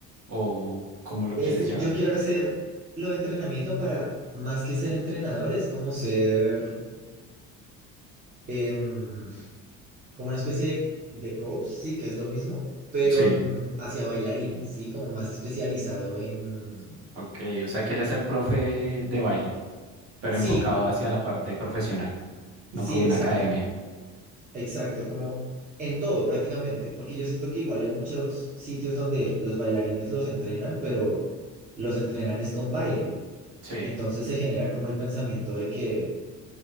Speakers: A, on the right; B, on the right.
A: ¿O cómo lo
B: Este,
A: quieres llevar?
B: yo quiero hacer lo de entrenamiento para, más que ser entrenador, es como ser, em, como una especie de de coach, sí, que es lo mismo, pero
A: Sí,
B: mm, hacia bailarines, sí, como más especializado en...
A: ok, o sea, quieres ser profe de baile, pero
B: Sí,
A: enfocado hacia la parte profesional, no
B: sí,
A: como
B: exacto.
A: una academia.
B: Exacto, como en todo prácticamente, porque yo siento que igual hay muchos sitios donde los bailarines los entrenan, pero los entrenan es con baile.
A: Sí,
B: Entonces se genera como el pensamiento de que